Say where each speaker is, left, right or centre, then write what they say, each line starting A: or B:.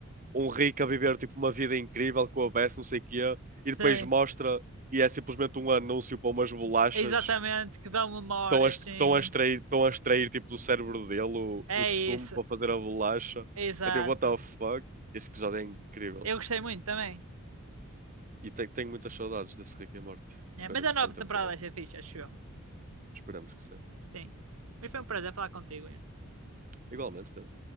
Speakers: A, on the right (about 40°); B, on the right (about 80°).
A: um rico a viver tipo uma vida incrível com a Beth, não sei o quê. E depois
B: Sim.
A: mostra. E é simplesmente um anúncio para umas bolachas
B: Exatamente,
A: que
B: que dão memórias,
A: estão a, est-
B: sim.
A: que estão a extrair, estão a extrair tipo do cérebro dele o,
B: É
A: o sumo
B: isso,
A: para fazer a bolacha.
B: exato.
A: É tipo, what the fuck? Esse episódio é incrível.
B: Eu gostei muito também.
A: E te- tenho muitas saudades desse Rick and Morty.
B: né?
A: que Foi
B: Mas
A: na
B: a
A: terceira
B: nova temporada
A: temporada.
B: vai ser fixe, acho eu.
A: Esperamos que sim.
B: Sim. Mas foi um prazer falar contigo. Ian.
A: Igualmente, Pedro.